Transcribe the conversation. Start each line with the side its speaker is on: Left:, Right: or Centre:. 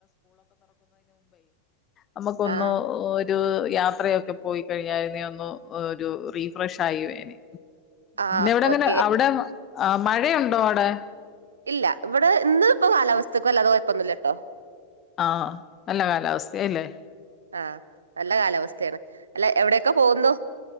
Left: നമുക്കൊന്ന്
Right: ആ
Left: ഒരു യാത്രയൊക്കെ പോയിക്കഴിഞ്ഞാരുന്നേൽ ഒന്ന് ഒരു റി-ഫ്രഷായിയേനേ
Right: ആ
Left: അവിടെങ്ങനെ
Right: ഓക്കെ
Left: അവിടെ ആ മഴയുണ്ടോ അവിടെ?
Right: ഇല്ല ഇവിടെ ഇന്ന് ഇപ്പൊ കാലാവസ്ഥക്ക് വല്ലാതെ കുഴപ്പൊന്നുമില്ല കേട്ടോ.
Left: ആ നല്ല കാലാവസ്ഥയാഅല്ലേ?
Right: ആഹ് നല്ല കാലാവസ്ഥയാണ് അല്ല എവിടെക്കെ പോകുന്നു